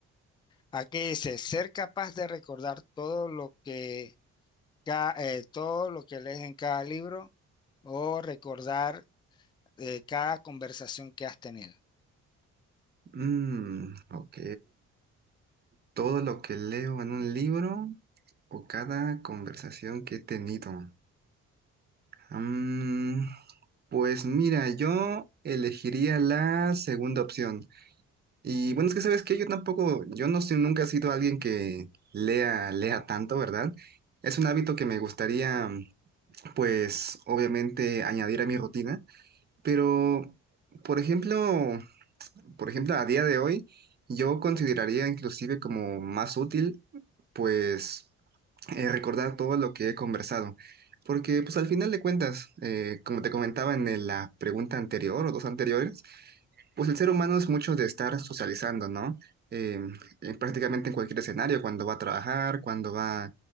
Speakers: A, on the left; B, on the right.
A: Aquí dice, ser capaz de recordar todo lo que, ca- eh, todo lo que lees en cada libro o recordar eh, cada conversación que has tenido.
B: Mm, ok. Todo lo que leo en un libro o cada conversación que he tenido. Mm, pues mira, yo elegiría la segunda opción. Y bueno, es que sabes que yo tampoco, yo no sé, nunca he sido alguien que lea, lea tanto, ¿verdad? Es un hábito que me gustaría, pues, obviamente añadir a mi rutina, pero, por ejemplo, por ejemplo, a día de hoy, yo consideraría inclusive como más útil, pues, eh, recordar todo lo que he conversado. Porque, pues, al final de cuentas, eh, como te comentaba en el- la pregunta anterior o dos anteriores, pues el ser humano es mucho de estar socializando, ¿no? Eh, eh, prácticamente en cualquier escenario, cuando va a trabajar, cuando va